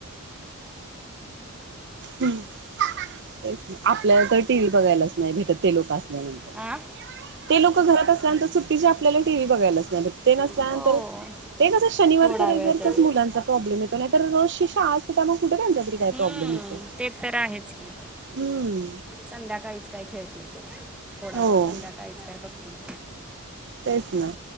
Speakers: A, on the right; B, in the centre.
A: हं आपल्याला तर टी व्ही बघायलाच नाही भेटत ते लोक असल्यानंतर.
B: आ
A: ते लोक घरात असल्यानंतर सुट्टीच्या आपल्याला टीव्ही बघायला नाही भेटत ते नसल्यानंतर
B: हो
A: ते कसं शनिवारच
B: थोडा
A: रविारचाच
B: वेळ तरी
A: मुलांचा प्रॉब्लेम येतो. त नाही तर रोजची शाळा असली तर कुठे त्यांचा तरी
B: हम्म,
A: काय प्रॉब्लेम येतोय.
B: ते तर आहेच की.
A: हम्म.
B: संध्याकाळीच काय खेळतील ते थोडा
A: हो
B: वेळ संध्याकाळीच काय बघतील
A: तेच ना.